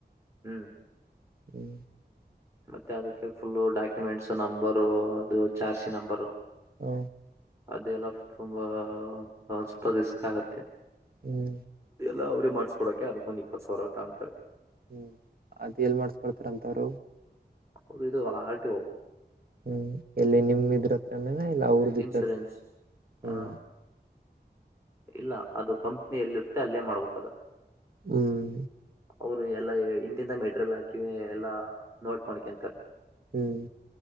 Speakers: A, on the right (about 15°); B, on the right (about 55°).
A: ಹ್ಮ್
B: ಹ್ಮ್
A: ಮತ್ತೆ ಅದಕ್ಕೆ ಫುಲ್ಲು ಡಾಕ್ಯುಮೆಂಟ್ಸ್ ನಂಬರು ಅದು ಚಾರ್ಸಿ ನಂಬರು
B: ಹ್ಮ
A: ಅದೆಲ್ಲ ತುಂಬಾ ಸೂಪರ್ ರಿಸ್ಕ್ ಆಗತ್ತೆ
B: ಹ್ಮ್
A: ಎಲ್ಲ ಅವ್ರೇ ಮಾಡ್ಸ್ಕೊೋಕೆ ಅದಕ್ಕೊಂದ ಇಪ್ಪತ್ ಸಾವಿರ ಅಂತಾರೆ
B: ಹ್ಮ್ ಅದ್ ಎಲ್ ಮಾಡಸ್ಕೊಳ್ತಾರಂತವರು
A: ಅವ್ರು ಇದು ಆರ್ ಟಿ ಒ
B: ಹ್ಮ್ ಎಲ್ಲಿ ನಿಮ್ಮ ಇದ್ರತ್ರಲ್ಲ ಇಲ್ಲ ಅವ್ರ ದ
A: ಇನ್ಶೂರೆನ್ಸ್
B: ಹ್ಮ್
A: ಆ ಇಲ್ಲ ಅದು ಕಂಪ್ನಿಿಯಲ್ಲಿರುತ್ತೆ ಅಲ್ಲೇ ಮಾಡ್ಬೇಕು ಅದು
B: ಹ್ಮ್
A: ಅವರು ಎಲ್ಲಾ ಹಿಂದಿಂದ ಮೆಟೀರಿಯಲ್ ಹಾಕಿವ ಎಲ್ಲಾ ನೋಟ್ ಮಾಡ್ಕೊಂತಾರೆ
B: ಹ್ಮ್